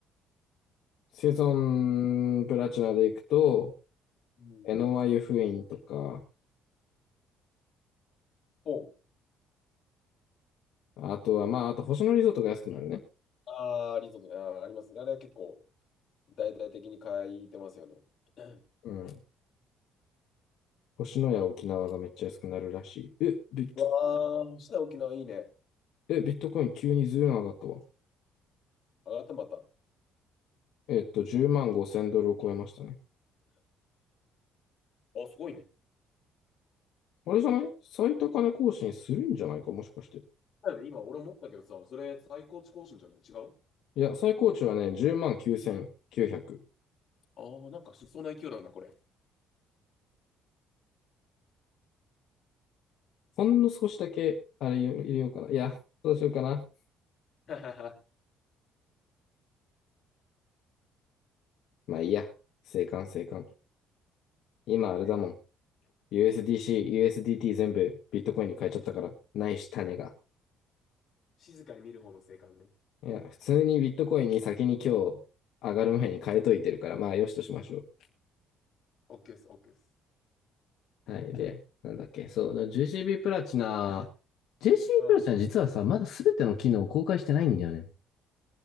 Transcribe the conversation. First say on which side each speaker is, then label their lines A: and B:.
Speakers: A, on the left; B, on the left.
A: セゾンプラチナで行くと、
B: うん。
A: エノワ湯布院とか、
B: ほう。
A: あとは、まあ、あと星野リゾートが安くなるね。
B: ああリゾート。あー、ありますね。あれは結構、大々的に書いてますよね。<clears throat> うん
A: うん。星野や沖縄がめっちゃ安くなるらしい。え、ビット、
B: うわー、星名沖縄いいね。
A: え、ビットコイン急にずいぶん上がったわ。
B: 上がったまた。あ、
A: えっと、10万5千ドルを超えましたね。
B: すごいね。
A: あれじゃない最高値更新するんじゃないかもしかして。
B: だよね今、俺思ったけどさ、それ最高値更新じゃない違う
A: いや、最高値はね、10万9900。
B: ああー、なんかしそうな勢いだなんだ、これ。
A: ほんの少しだけ、あれ入れようかな。いや、どうしようかな。
B: <laughs>
A: まあいいや。静観静観。今あれだもん。
B: 静観。
A: USDC、USDT 全部ビットコインに変えちゃったから。ないし、種が。
B: 静かに見る方の静観ね。
A: いや、普通にビットコインに先に今日上がる前に変えといてるから、まあよしとしましょ
B: オッケーです、オッケーです。
A: う。はい。で、なんだっけ。そう。だから JCB プラチナ、JCB
B: うん。
A: プラチナ実はさ、まだ全ての機能を公開してないんだよね。